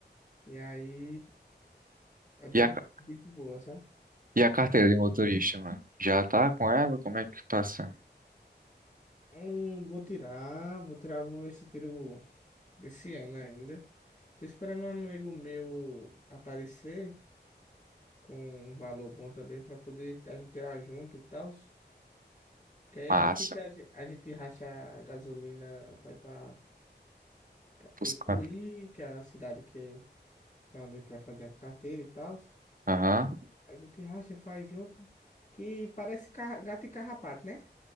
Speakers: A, on the left (about 45°); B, on the right (about 50°).
A: E aí é bem,
B: E a, ca-
A: bem de boa, sabe?
B: e a carteira de motorista, mano? Já tá com ela? Como é que tá sendo?
A: Hum, vou tirar, vou tirar, vou ver se eu tiro desse ano ainda. Tô esperando um amigo meu aparecer com um valor bom também pra poder a gente tirar junto e tal. Que aí
B: Massa.
A: aí fica, a ge- a gente racha a gasolina pra ir pra, pra Picuí,
B: Buscando.
A: que é a cidade que, que é onde que vai fazer a carteira e tal.
B: Aham.
A: A gente racha, faz junto, que parece ca- gato e carrapato, né?